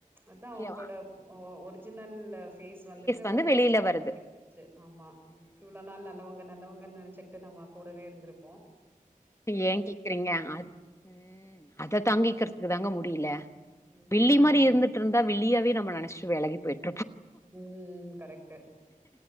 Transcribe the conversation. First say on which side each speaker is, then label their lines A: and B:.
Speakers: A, on the right (about 15°); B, on the left (about 20°).
A: அதா
B: ம்.
A: அவங்களோட ஒரு ஒருஜினல்லஃப் ஃபேஸ் வந்துட்டு <inaudible>
B: வந்து வெளில வருது.
A: ச்சு ஆமா
B: ம்.
A: இவ்ளோ நாள் நல்லவங்க நல்லவங்கன் நெனச்சுக்கிட்டு நம்ம கூடவே இருந்துருப்போ
B: ஏ கேக்குறீங்க அத் ம் அத தாங்கிக்கிறதுக்கு தாங்க முடியில
A: ம்.
B: வில்லி மாரி இருந்துட்டு இருந் தா வில்லியாவே நம்ம நெனசுட்டு வெலகி போயிட்
A: ம் கரெக்ட்டு